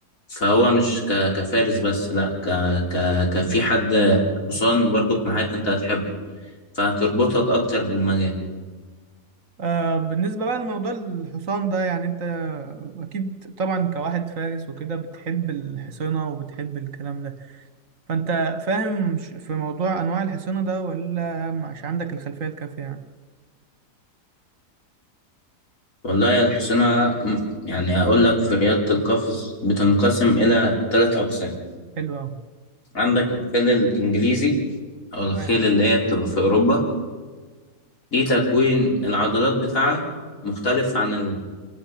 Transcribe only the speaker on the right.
آه بالنسبة بقى لموضوع الحصان ده يعني انت اكيد طبعا كواحد فارس وكده بتحب الحصينة وبتحب الكلام ده فانت فاهم ش- في موضوع انواع الحصينة ده ولا مش عندك الخلفية الكافية يعني
حلو اوي
تمام